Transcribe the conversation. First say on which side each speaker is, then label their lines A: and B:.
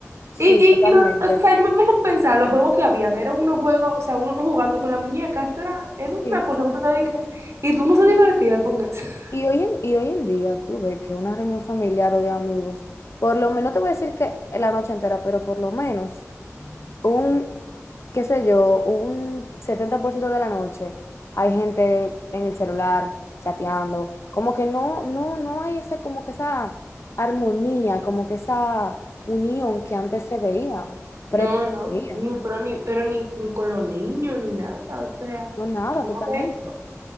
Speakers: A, on the left; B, on the right.
A: Sí,
B: Y, y,
A: totalmente.
B: y no, o sea, yo me pongo a pensar, los juegos que habían, eran unos juegos, o sea, uno jugando con la muñeca, esto era, era
A: Sí.
B: una cosa que tú te dedicas, y tú no se divertías con eso. <laughs>
A: Y hoy en, y hoy en día tú ves que una reunión familiar o de amigos, por lo menos, no te voy a decir que la noche entera, pero por lo menos un, qué sé yo, un 70% de la noche hay gente en el celular chateando, como que no, no, no hay ese, como que esa armonía, como que esa unión que antes se veía, pretendía,
B: No, no, ni, pero, ni, pero ni, ni con los niños, ni nada, o sea,
A: no nada,
B: tú
A: totalmente.
B: no ves-